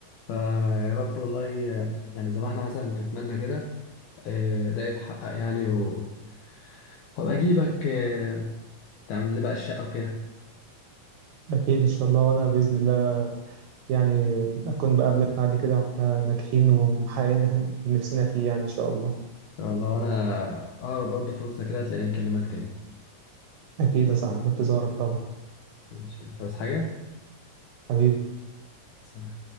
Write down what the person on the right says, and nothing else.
أكيد إن شاء الله وأنا بإذن الله يعني أكون بقابلك بعد كده وإحنا ناجحين ومحققين اللي إحنا- اللي نفسنا فيه يعني إن شاء الله
أكيد يا صاحبي في انتظارك طبعا
حبيبي